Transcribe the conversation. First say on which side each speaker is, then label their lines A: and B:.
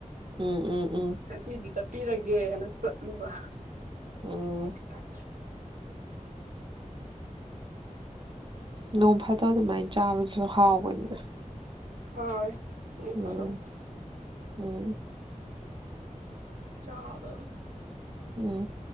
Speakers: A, on the right; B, on the right.
A: ꯎꯝ ꯎꯝ ꯎꯝ
B: ꯉꯁꯤꯗꯤ ꯆꯠꯄꯤꯔꯒꯦꯅ ꯆꯠꯂꯨꯕ
A: ꯎꯝ
B: <unintelligible>
A: ꯅꯣꯡ ꯐꯥꯗꯣꯛ ꯑꯗꯨꯃꯥꯏꯟ ꯆꯥꯕꯗꯨꯁꯨ ꯍꯥꯎꯕꯅꯤꯅ
B: ꯍꯥꯎꯋꯦ ꯅꯣꯡ
A: ꯎꯝ
B: ꯐꯥꯗꯣꯛ
A: ꯎꯝ
B: ꯆꯥꯎꯕ
A: ꯎꯝ